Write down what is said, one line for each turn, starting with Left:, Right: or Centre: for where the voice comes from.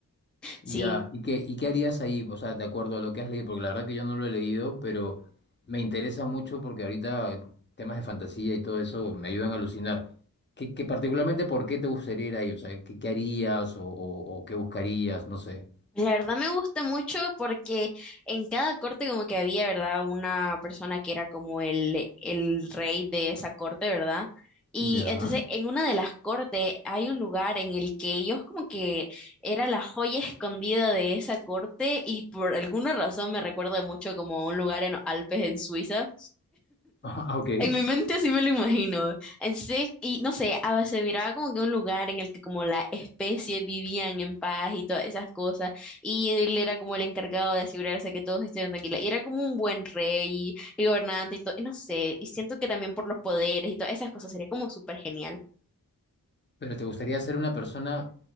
Left: Ya,
Centre: Sí.
Left: ¿y qué, y qué harías ahí? O sea, de acuerdo a lo que has leído, porque la verdad que yo no lo he leído, pero me interesa mucho porque ahorita temas de fantasía y todo eso me ayudan a alucinar. ¿Qué, qué particularmente por qué te gustaría ir ahí? O sea, ¿qué, qué harías o, o- o qué buscarías? No sé.
Centre: La verdad me gusta mucho porque en cada corte como que había, ¿verdad? Una persona que era como el, el rey de esa corte, ¿verdad? Y
Left: Ya.
Centre: entonces
Left: <laughs>
Centre: en una de las cortes hay un lugar en el que ellos como que era la joya escondida de esa corte y por alguna razón me recuerda mucho como a un lugar en los Alpes en Suiza.
Left: Ah, ok.
Centre: En mi mente así me lo imagino. Entonces, y no sé, a veces miraba como que un lugar en el que como la especie vivían en paz y todas esas cosas, y él era como el encargado de asegurarse que todos estuvieran tranquilos, y era como un buen rey y gobernante y todo, y no sé, y siento que también por los poderes y todas esas cosas sería como súper genial.
Left: ¿Pero te gustaría ser una persona,